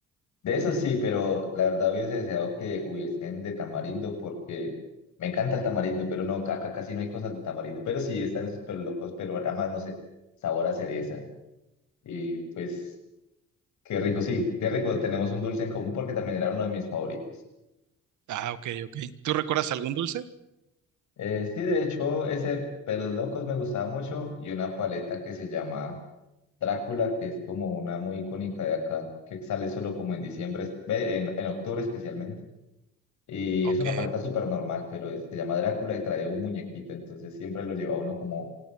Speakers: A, on the left (about 70°); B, on the right (about 75°).
A: De eso sí, pero la verdad hubiese deseado que hubiesen de tamarindo porque me encanta el tamarindo, pero no, acá casi no hay cosas de tamarindo. Pero sí, están esos pero locos, pero además, no sé, sabor a cereza. Y pues, qué rico, sí, qué rico. Tenemos un dulce en común porque también era uno de mis favoritos.
B: Ah, ok, ok. ¿Tú recuerdas algún dulce?
A: Eh, sí, de hecho, ese pelos locos me gustaba mucho y una paleta que se llama Drácula, que es como una muy icónica de acá, que sale solo como en diciembre, es- ve, en, en octubre especialmente. Y
B: Ok,
A: es una paleta súper normal, pero es- se llama Drácula y trae un muñequito, entonces siempre lo lleva uno como